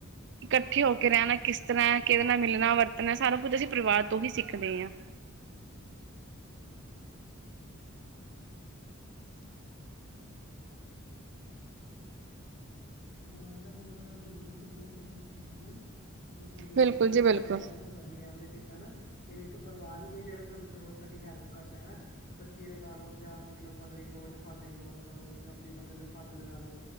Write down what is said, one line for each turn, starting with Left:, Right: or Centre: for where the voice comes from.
Right: ਇਕੱਠੇ ਹੋ ਕੇ ਰਹਿਣਾ ਕਿਸ ਤਰ੍ਹਾਂ ਕਿਹਦੇ ਨਾਲ ਮਿਲਣਾ ਵਰਤਣਾ ਸਾਰਾ ਕੁੱਝ ਅਸੀਂ ਪਰਿਵਾਰ ਤੋਂ ਹੀ ਸਿੱਖਦੇ ਹਾਂ
Left: ਹਮ <unintelligible> ਹੰਮ ਹੰਮ ਪਰਿਵਾਰ ਦਾ ਹੋਣਾ ਜ਼ਿੰਦਗੀ ਚ ਬਹੁਤ ਜ਼ਰੂਰੀ ਹੈ ਨਾ ਮਤਲਬ ਕਈ ਵਾਰੀ
Right: ਬਿਲਕੁਲ
Left: ਅਸੀਂ ਬਿਮਾਰ
Right: ਜੀ ਬਿਲਕੁਲ
Left: ਵਗੈਰਾ ਵੀ ਹੋ ਜਾਂਦੇ ਹਾਂ ਜਾਂ ਕਿੱਦਾਂ ਨਾ ਫੇਰ ਇੱਕ ਪਰਿਵਾਰ ਹੀ ਜਿਹੜਾ ਸਾਨੂੰ ਚਲੋ ਸਾਡੀ ਹੈਲਪ ਕਰਦਾ ਹਨਾ ਬੱਚੇ ਲਗਾ ਲਓ ਜਾਂ ਮਤਲਬ ਮਦਰ ਇਨ ਲਾ ਜਾਂ ਫਾਦਰ ਇਨ ਲਾਵ ਲਗਾ ਲਓ ਆਪਣੇ ਮਦਰ ਲ ਫਾਦਰ ਲਗਾ ਲਓ